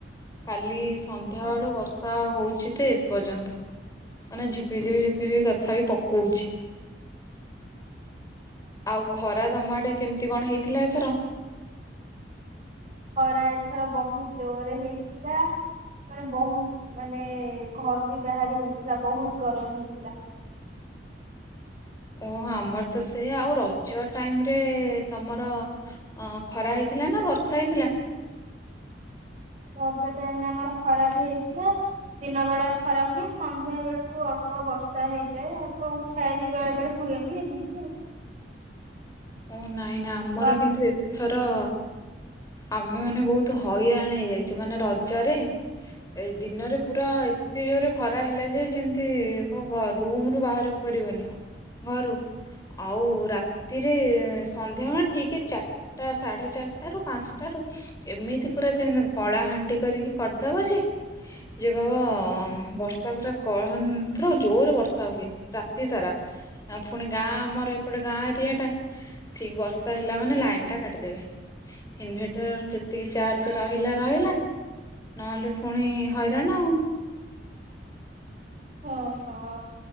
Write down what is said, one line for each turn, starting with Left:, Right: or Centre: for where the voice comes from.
Left: କାଲି ସନ୍ଧ୍ୟାବେଳୁ
Right: ହଁ
Left: ବର୍ଷା ହଉଛି ଯେ ଏ ପର୍ଯ୍ୟନ୍ତ। ଏଇନା ଝିପି ଝିପି ଝିପିଝପି ତଥାପି ପକଉଛି। ଆଉ ଖରା ତମ ଆଡ଼େ କେମିତି କଣ ହେଇଥିଲା ଏଥର?
Right: ଖରାଏଥର ବହୁତ ଜୋରରେ ହେଇଥିଲା ମାନେ ବହୁତ ମାନେ ଘରୁ ବି ବାହାରି ହଉନଥିଲା ବହୁତ ଗରମ ହଉଥିଲା।
Left: ଓହୋ ଆମର ତ ସେଇଆ ଆଉ ରଜ ଟାଇମ୍ ରେ ତମର ଅ ଖରା ହେଇଥିଲା ନା ବର୍ଷା ହେଇଥିଲା?
Right: ରଜ ଟାଇମ୍ ରେ ଆମର ଖରାବି ହେଇଥିଲା। ଦିନ ବେଳା ଖରା ହୁଏ ସନ୍ଧ୍ୟା ବେଳକୁ ଅଳ୍ପ ବର୍ଷା ହେଇଯାଏ ଅଳ୍ପ ଠା ବି ବେଳେ ବେଳେ ହୁଏନି ଏମିତି ଆଉ
Left: ଓ ନାଇଁ ନାଇଁ ଆମର
Right: ବା
Left: କିନ୍ତୁ ଏଥର ଆମେ ମାନେ ବହୁତ ହଇରାଣ ହେଇଯାଇଛୁ ମାନେ ରଜରେ ଏ ଦିନରେ ପୁରା ଏତେ ଜୋର ଖରା ହେଲା ଯେ ଯେମିତି କ ଘ ରୁମ ରୁ ବାହାର କରିବନି ଘରୁ ଆଉ ରା ଯେ ସନ୍ଧ୍ୟାବେ ଠିକ୍ ଚାରିଟା ସାଢ଼େ ଚାରିଟ ରୁ ପାଞ୍ଚଟାରୁ ଏମିତି ପୁରା ଯେନ କଳା ହାଣ୍ଡି କରିକି କରିଦବ ଯେ ଯିଏ କହିବ ହଁ ବର୍ଷା ପୁରା କହିନ ପୁରା ଜୋର ବର୍ଷା ହୁଏ ରାତି ସାରା ଆ ପୁଣି ଗାଁ ଆମର ଏପଟ ଗାଁ ଏରିଆ ଟା। ଠିକ୍ ବର୍ଷା ହେଲା ମାନେ ଲାଇନ ଟା କାଟିଦେବେ। ଇନଭେଟର ଯେତିକି ଚାର୍ଜ ରହିଲା ରହିଲା। ନହେଲେ ପୁଣି ହଇରାଣ ଆଉ।
Right: ଆ ହଁ